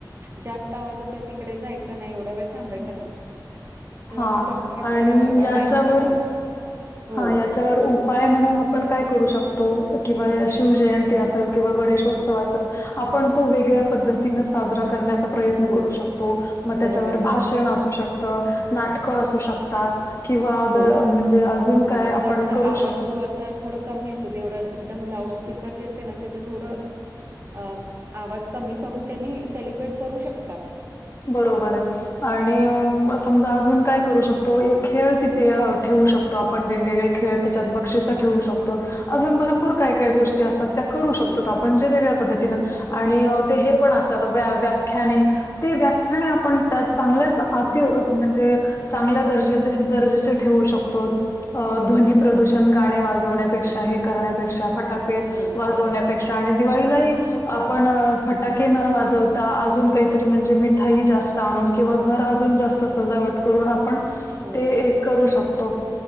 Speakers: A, on the right; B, on the left.
A: जास्त आवाज असेल तिकडे जायचा नाही एवढा वेळ थांबायच नाही. तेव्हा
B: हा
A: पण डॉक्टर आपल्याला
B: आणि याच्यावर
A: नाहीच म्हणतात. हो,
B: हा याच्यावर उ पाय म्हणून आपण काय करू शकतो किंवा शिवजयंती असेल किंवा गणेशोत्सव असेल. आपण तो वेगळ्या पद्धतीन साजरा करण्याचा प्रयत्न
A: हो,
B: करू शकतो मग
A: बरोबर
B: त्याच्यावर
A: आहे.
B: भाषण असू शकत नाटकं असू शकतात. किंवादर
A: हो.
B: म्हणजे..
A: अ
B: काय आपण
A: ज्यांचा
B: करू
A: आवाज
B: शकतो
A: कस थोडं कमी असू तेवढं एकदम लाउडस्पीकर जे असते ना त्याचं थोडं अ आवाज कमी करून त्यांनी सेलिब्रेट करू शकतात.
B: बरोबर आहे. आणि समजा अजून काय करू शकतो एक खेळ तिथे ठेवू शकतो. आपण वेगवेगळे खेळ त्याच्यात बक्षीस ठेवू शकतो अजून भरपूर काय काय गोष्टी असतात. त्या करू
A: हो
B: शकतो आपण जे वेगळ्या पद्धतीनं
A: हो
B: आणि ते हे पण असतात व्याख्याने ते व्याख्याने आपण त्या चांगल्याच अत म्हणजे चांगल्या दर्जेचे दर्जेचे ठेवू शकतो. अ
A: हो
B: ध्वनी
A: बरोबर
B: प्रदूषण
A: आहे.
B: गाणे वाजवण्यापेक्षा हे करण्यापेक्षा फटाके
A: हो
B: वाजवण्यापेक्षा आणि दिवाळीलाही आपण फटाके न वाजव अजून काहीतरी म्हणजे मिठाई जास्त आणून किंवा घर अजून जास्त सजावट करून आपण
A: हो
B: ते एक करू शकतो.